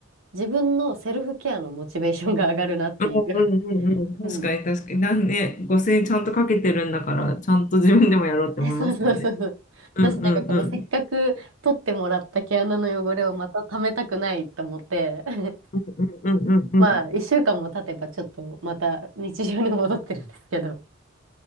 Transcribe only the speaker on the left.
うんうんうんうん。
確かに確かに。なんね、5000円ちゃんとかけてるんだから、ちゃんと自分でもやろうって思いますよね。
うんうんうん。
うんうんうんうんうん。